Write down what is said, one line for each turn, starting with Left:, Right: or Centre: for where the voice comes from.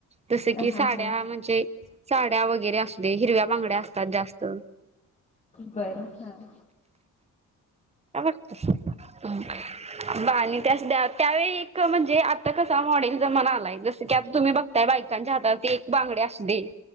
Right: तसं की
Left: हा
Right: साड्या
Left: हा
Right: म्हंजे साड्या वगरे असतंय, हिरव्या बांगड्या असतात जास्त
Left: बरं, हं
Right: <inaudible> बा <unintelligible> त त्यावेळी एक आत्ता कसा मॉडेल जमाणा आलाय जस की आता तुम्ही बघ त्या बायकांच्या हातात ते एक बांगडे असतें